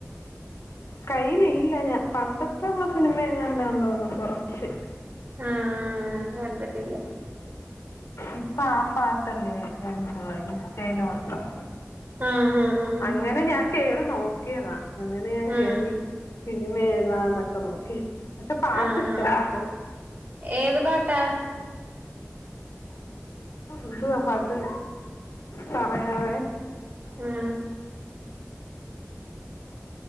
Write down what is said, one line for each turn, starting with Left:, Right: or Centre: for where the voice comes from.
Left: കയ്യിലില്ല ഞാ പണ്ടത്തെ ഒള്ള സിനിമ എങ്ങാണ്ടാന്ന് തോന്നുന്ന് കൊറച്ച്
Right: ആഹ് കണ്ടിട്ടില്ല
Left: ഇപ്പൊ ആ പാട്ടല്ലേ ഏഹ് <unintelligible> ഇൻസ്റ്റേല് മൊത്തം
Right: ആഹ് ആഹ് ആഹ്
Left: അങ്ങനെ ഞാൻ കേ കേറി നോക്കിയതാ അങ്ങനെ ഞാൻ
Right: ആഹ്
Left: കേറി സിനിമേ ഏതാന്നൊക്കെ നോക്കി പക്ഷെ പാട്ട്
Right: ആഹ്
Left: ഇഷ്ടപ്പെട്ടു
Right: ആഹ് ഏത് പാട്ടാ?
Left: ന്തുവാ പാട്ട് പറയാതെ
Right: ആ